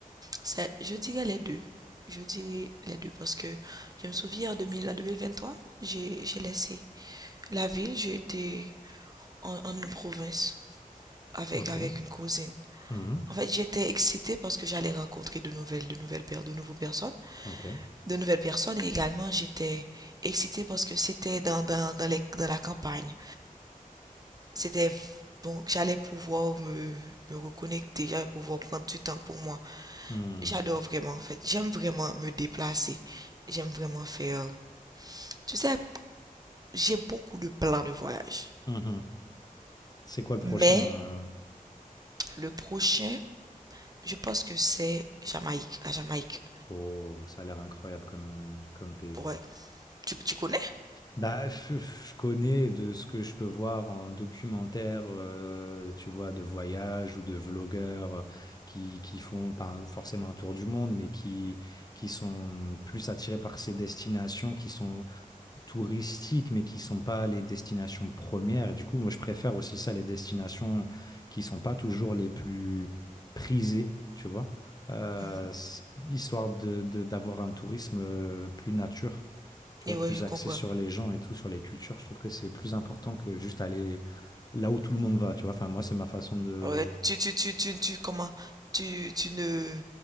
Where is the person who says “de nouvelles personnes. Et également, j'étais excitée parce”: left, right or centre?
Right